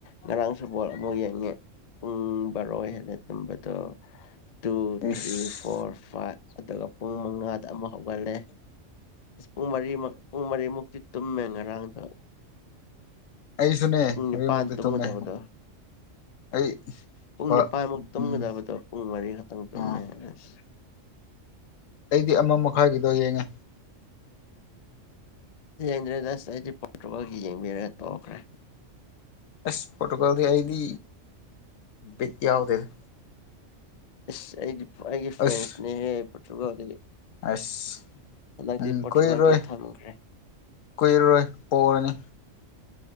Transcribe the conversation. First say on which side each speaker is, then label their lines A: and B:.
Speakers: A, on the left; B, on the left.
A: ꯉꯔꯥꯡꯁꯨ ꯕꯣꯜ ꯑꯃꯨꯛ ꯌꯦꯡꯉꯦ꯫ ꯄꯨꯡ ꯕꯥꯔꯣꯏ ꯍꯦꯜꯂꯦ ꯇꯨꯝꯕꯗꯣ꯫ ꯇꯨ ꯊ꯭ꯔꯤ
B: ꯏꯁ
A: ꯐꯣꯔ ꯐꯥꯏꯕ꯫ ꯑꯗꯨꯒ ꯄꯨꯡ ꯃꯉꯥꯗ ꯑꯃꯨꯛ ꯍꯧꯒꯠꯂꯦ ꯏꯁ ꯄꯨꯡ ꯃꯔꯤ ꯃꯔꯤ ꯃꯛ ꯄꯨꯡ ꯃꯔꯤꯃꯨꯛꯇꯤ ꯇꯨꯝꯃꯦ ꯉꯔꯥꯡꯗ
B: ꯑꯩꯁꯨꯅꯦ
A: ꯄꯨꯡ
B: ꯃꯔꯤꯃꯨꯛꯇꯤ
A: ꯅꯤꯄꯥꯟ ꯇꯨꯝꯒꯗꯕꯗꯣ
B: ꯇꯨꯝꯃꯦ ꯑꯩ
A: ꯄꯨꯡ
B: ꯕ
A: ꯅꯤꯄꯥꯟꯃꯨꯛ ꯇꯨꯝꯒꯗꯕꯗꯣ
B: ꯎꯝ
A: ꯄꯨꯡ ꯃꯔꯤ ꯈꯛꯇꯪ ꯇꯨꯝꯃꯦ
B: ꯑꯥ
A: ꯑꯁ꯫
B: ꯑꯩꯗꯤ ꯑꯃ ꯃꯈꯥꯏꯒꯤꯗꯣ ꯌꯦꯡꯉꯦ꯫
A: ꯌꯦꯡꯗꯔꯦꯗ ꯑꯁ ꯄꯔꯣꯇꯨꯒꯜꯒꯤ ꯌꯦꯡꯕꯤꯔ ꯇꯣꯛꯈꯔꯦ꯫
B: ꯑꯁ ꯄꯔꯣꯇꯨꯒꯜꯗꯤ ꯑꯩꯗꯤ ꯕꯤꯠ ꯌꯥꯎꯗꯦꯗ꯫
A: ꯏꯁ ꯑꯩꯗꯤ ꯑꯩꯒꯤ ꯐꯦꯟꯁꯅꯦꯍꯦ
B: ꯑꯁ
A: ꯇ꯭ꯔꯨꯒꯜ
B: ꯑꯁ
A: ꯍꯟꯗꯛꯇꯤ
B: ꯅꯪ
A: ꯄꯣꯔꯇꯨꯒꯜꯒꯤ
B: ꯀꯨꯏꯔꯣꯏ
A: ꯊꯝꯈ꯭ꯔꯦ
B: ꯀꯨꯏꯔꯔꯣꯏ ꯄꯣꯔꯅꯤ꯫